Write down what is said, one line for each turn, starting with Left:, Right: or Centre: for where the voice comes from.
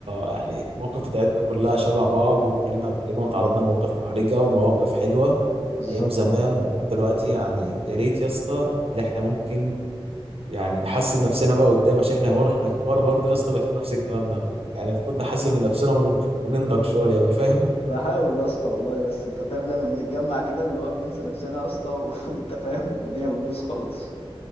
Right: يعني المواقف بتاعتنا كلها شبه بعض وكلنا تقريبا تعرضنا لمواقف محرجه ومواقف حلوه
Left: بالظبط
Right: ايام زمان وايام دلوقتي يعني يا ريت يا اسطى اللي احنا ممكن يعني نحسن نفسنا بقى قدام عشان احنا برضه احنا كبار برضه يا اسطى بيحصل نفس الكلام ده يعني المفروض نحسن من نفسنا ون- وننضج شويه بقى فاهم
Left: بحاول يا اسطى والله بس انت فاهم لما بنتجمع كده اللي هو بننسى نفسنا يا اسطى <laughs> وانت فاهم الدنيا بتبوظ خالص